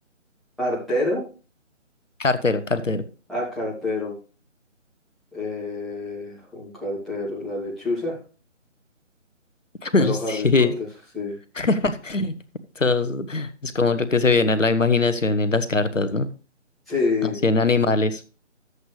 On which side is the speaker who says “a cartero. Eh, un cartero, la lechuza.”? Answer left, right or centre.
Centre